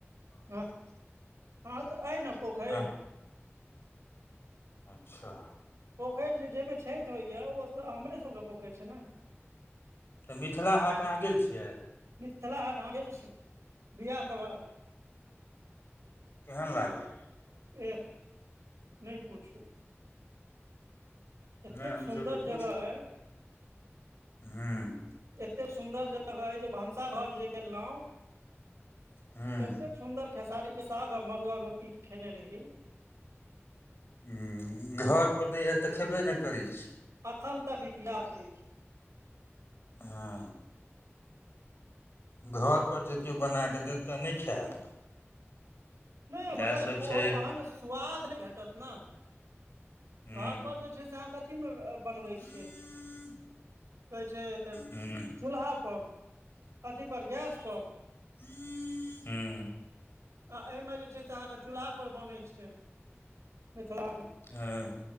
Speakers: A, on the right; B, on the left.
A: हँ अहांक तऽ अइ ने पोखरि
B: हँ अच्छा
A: पोखरि जे जाहिमे छठि होइए ओ हमरे सभके पोखरि छै ने
B: मिथिला हाट अहाँ गेल छियै
A: मिथिला हाट हॅं गेल छी बिआाहके बाद
B: केहन लागल
A: एह नहि पूछू एतेक
B: नहि हमसभ
A: सुन्दर
B: तऽ पूछब
A: जगह अय
B: हूँ
A: एतेक सुंदर जगह अय जे भनसा घर जे गेलहुँ
B: हूँ
A: एतेक सुन्दर खेसारी के साग आ मड़ुआ रोटी खेने रही
B: हुं हुं घर पर दै हए तऽ खयबे नइ करै छी
A: एखन तक याद अछि
B: हँ घर पर जे किओ बना कऽ देत तह नै खायब
A: नहि
B: इएह
A: मगर
B: सब
A: ओ
B: छै
A: ओहन स्वाद नहि भेटत ने
B: हूँ
A: घर पर जे छै से अहाँ कथी मऽ बनबै
B: हूँ
A: छै की कहै छै
B: हूँ
A: चूल्हा पर अथी पर गैस पर
B: हूँ
A: आ एहिमे जे छै से अहाँके चूल्हा पर बनै छै मिथिलामे
B: हँ